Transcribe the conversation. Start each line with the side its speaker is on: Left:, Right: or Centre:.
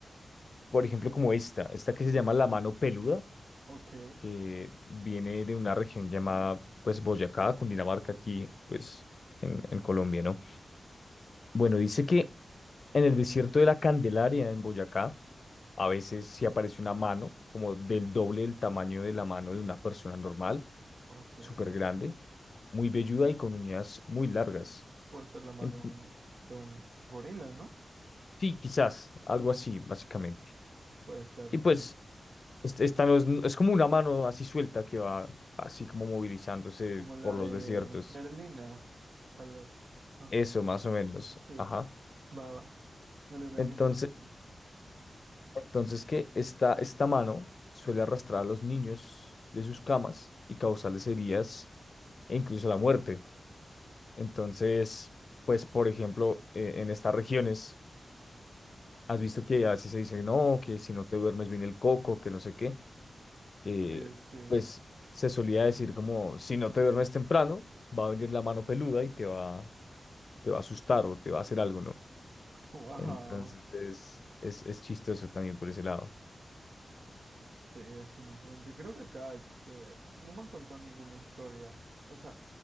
Left: Por ejemplo, como esta, esta que se llama La Mano Peluda.
Right: Ok,
Left: que viene de una región llamada pues Boyacá, Cundinamarca, aquí pues en, en Colombia, ¿no? Bueno, dice que en el desierto de la Candelaria, en Boyacá, a veces sí aparece una mano como del doble del tamaño de la mano de una persona normal,
Right: ok,
Left: súper
Right: ok.
Left: grande, muy velluda y con uñas muy largas.
Right: Puede ser la mano
Left: Ent-
Right: un- de un gorila, ¿no?
Left: sí, quizás, algo así, básicamente.
Right: Puede ser,
Left: Y
Right: sí.
Left: pues este- esta no es, es como una mano así suelta que va así como movilizándose
Right: Como la
Left: por los
Right: de
Left: desiertos.
Right: Merlina, tal vez. ¿Has
Left: Eso,
Right: visto?
Left: más o menos.
Right: Sí,
Left: Ajá.
Right: sí. Baba. Me lo imagino.
Left: Entonces,
Right: me lo imagino.
Left: entonces que esta, esta mano suele arrastrar a los niños de sus camas y causarles heridas e incluso la muerte. Entonces, pues, por ejemplo, eh, en estas regiones, has visto que a veces se dice, no, que si no te duermes bien el coco, que no sé qué, eh,
Right: Sí, sí.
Left: pues se solía decir como, si no te duermes temprano, va a venir la mano peluda y te va, te va a asustar o te va a hacer algo, ¿no?
Right: <laughs> Wow.
Left: Entonces es, es, es chistoso también por ese lado.
Right: Sí, definitivamente. Creo que acá, este, no me han contado ninguna historia. O sea,